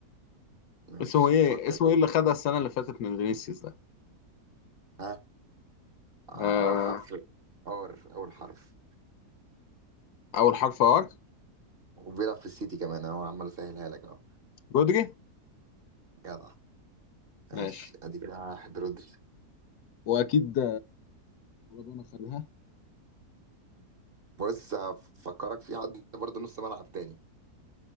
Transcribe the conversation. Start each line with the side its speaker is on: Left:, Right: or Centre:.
Right: ماشي
Left: اسمه ايه
Right: فكر
Left: اسمه
Right: كده
Left: ايه اللي خدها السنه اللي فاتت من فينيسيوس ده
Right: ها آه،
Left: آه
Right: أول حرف ار أول حرف
Left: اول حرف ار
Right: وبيلعب في السيتي كمان أهو عمال أسهلها لك أهو
Left: رودري
Right: جدع ماشي
Left: ماشي
Right: أدي كده واحد رودري
Left: واكيد ربنا خدها
Right: بص هفكرك في حد برضه نص ملعب تاني